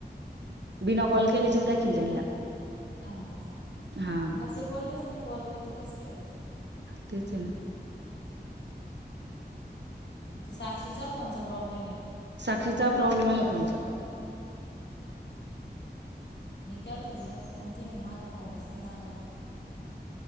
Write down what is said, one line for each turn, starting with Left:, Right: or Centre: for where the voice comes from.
Right: बिना कॉल केल्याचेच दाखील त्यांना
Left: हा का
Right: हा
Left: मग ते बोललच नाही कॉलवर तर कस काय घ
Right: तेच ना?
Left: साक्षीचा फोनचा प्रॉब्लेम आहे.
Right: साक्षीचा प्रॉब्लेम आला फोनचा.
Left: केलत तिला पण ती म्हण माझा फोनच नाही लागना